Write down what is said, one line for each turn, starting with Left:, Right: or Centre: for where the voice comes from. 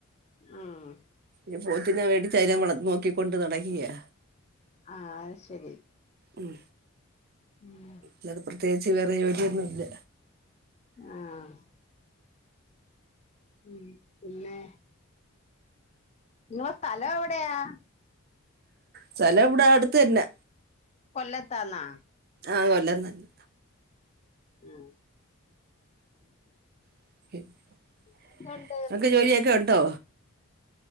Left: ആഹ്
Right: രു പോത്തിനേ മേടിച്ച് അയ്നെ വളത് നോക്കിക്കൊണ്ട് നടക്കിയാ
Left: ആഹ് അത് ശരി
Right: ഉം
Left: ഉം
Right: ല്ലാതെ പ്രത്യേകിച്ച് വേറെ യോലിയൊന്നു ഇല്ല
Left: ആഹ് ഉം പിന്നെ നിങ്ങള സ്ഥലം എവിടെയാ
Right: സ്ഥലം ഇവിടെ അടുത്ത് തന്നെ
Left: കൊല്ലത്താന്നാ
Right: ആഹ് കൊല്ലം തന്നെ
Left: ഉം
Right: <unintelligible>
Left: <inaudible>
Right: നിങ്ങക്ക് ജോലിയൊക്കെ ഉണ്ടോ